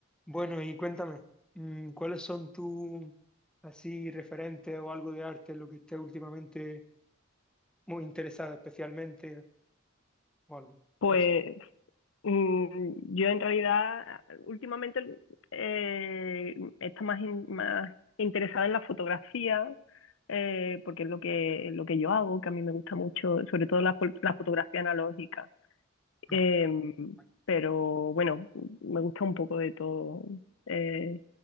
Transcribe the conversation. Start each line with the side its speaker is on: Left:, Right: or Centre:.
Centre: Bueno, y cuéntame, mm, ¿cuáles son tus así referentes o algo de arte lo que esté últimamente muy interesada especialmente o algo
Left: Pues
Centre: así?
Left: mm, yo en realidad últimamente eh, está más, in- más interesada en la fotografía, eh, porque es lo que, lo que yo hago, que a mí me gusta mucho, sobre todo la, fo- la fotografía analógica. Em,
Centre: Ah, vale.
Left: pero bueno, me gusta un poco de todo. eh,